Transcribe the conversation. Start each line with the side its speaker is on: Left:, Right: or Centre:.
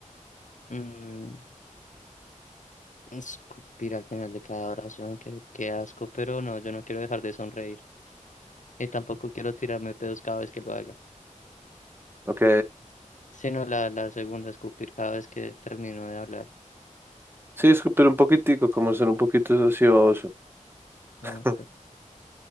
Left: Mm, escupir al final de cada oración, qué, qué asco, pero no, yo no quiero dejar de sonreír. Y tampoco quiero tirarme pedos cada vez que lo haga.
Right: Ok,
Left: Sino la, la segunda, escupir cada vez que termino de hablar.
Right: sí, escupir un poquitico, como ser un poquito así baboso,
Left: Como-
Right: <laughs>